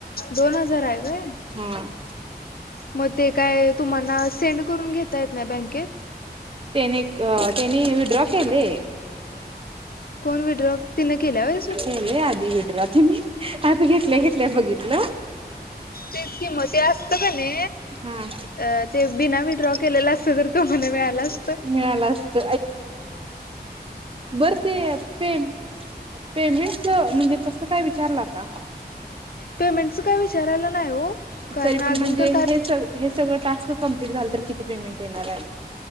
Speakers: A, on the left; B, on the right.
A: दोन हजार हायं व्हयं?
B: हम्-
A: मग ते काय तुम्हाना सेंड करून घेता येत नाही बँकेत?
B: त्याने एक त्याने विड्रॉ केले.
A: कोण विड्रॉ? तिन केलं होय?
B: केलयं आधी विड्रा मी, आता घेतल्या घेतल्या बघितलं.
A: तेच कि म, ते असतं कनी
B: हा
A: अ ते बिना विड्रॉ- केलेलं असतं तर तुम्हाला मिळालं असत.
B: मिळालं असत बर ते पे पेमेंटच म्हणजे कसं काय विचारला का?
A: पेमेंटच काय विचारायला नाही हो कारण
B: तरी पण
A: अजून
B: म्हणजे
A: तर काय-
B: हे सग हे सगळं टास्क कंप्लीट झालं तर किती पेमेंट येणार आहे?